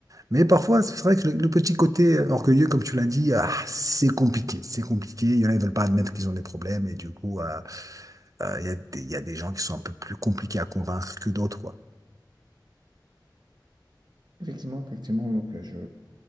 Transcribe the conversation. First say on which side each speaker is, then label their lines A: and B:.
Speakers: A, on the right; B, on the right.
A: Mais parfois, c'est vrai que le, le petit côté orgueilleux, comme tu l'as dit, ah, c'est compliqué. C'est compliqué. Il y en a, ils ne veulent pas admettre qu'ils ont des problèmes. Et du coup, euh, euh, il y a des, il y a des gens qui sont un peu plus compliqués à convaincre que d'autres, quoi.
B: Effectivement, effectivement, donc euh, je,